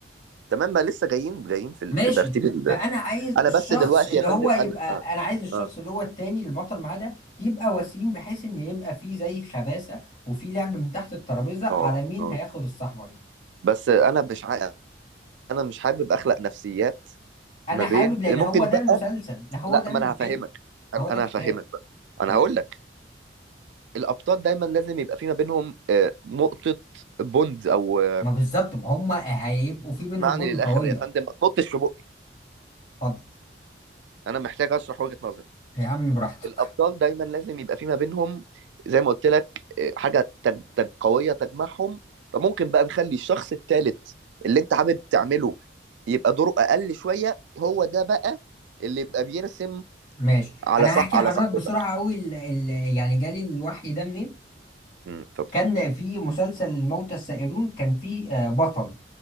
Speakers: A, on the right; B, on the left.
A: تمام بقى لسه جايين جايين في
B: ماشي
A: في ترتيب ال...
B: فانا عايز
A: انا
B: الشخص
A: بس دلوقتي
B: اللي
A: يا فندم
B: هو يبقى
A: انا اه
B: انا عايز الشخص
A: اه
B: اللي هو التاني البطل معاه ده يبقى وسيم بحيث ان يبقى فيه زي خباثه وفي لعب من تحت الترابيزه على
A: اه
B: مين
A: آه.
B: هياخد الصحبه دي
A: بس انا مش عا... انا مش حابب اخلق نفسيات
B: انا
A: ما
B: حابب
A: بين
B: لان
A: ممكن
B: هو ده
A: بقى
B: المسلسل ده هو
A: لا
B: ده الفيلم
A: ما انا هفهمك انا
B: هو ده
A: أنا
B: الكتاب
A: هفهمك بقى انا
B: كمان
A: هقول لك الابطال دايما لازم يبقى في ما بينهم آه، نقطه بوند او آه،
B: ما بالظبط ما هم هيبقوا في بينهم
A: معني
B: بوند
A: للاخر
B: قوية
A: يا فندم ما تنطش في بقي
B: اتفضل
A: انا محتاج اشرح وجهه نظري
B: يا عم براحتك
A: الابطال دايما لازم يبقى في ما بينهم زي ما قلت لك آه، حاجه تج... تج... قويه تجمعهم فممكن بقى نخلي الشخص الثالث اللي انت حابب تعمله يبقى دوره اقل شويه هو ده بقى اللي يبقى بيرسم
B: ماشي
A: على
B: انا
A: صح
B: هحكي
A: على
B: لحضرتك
A: صاحبتك
B: بسرعة قوي ال... ال... يعني جالي الوحي ده منين
A: امم اتفضل
B: كان في مسلسل الموتى السائرون كان في آه، بطل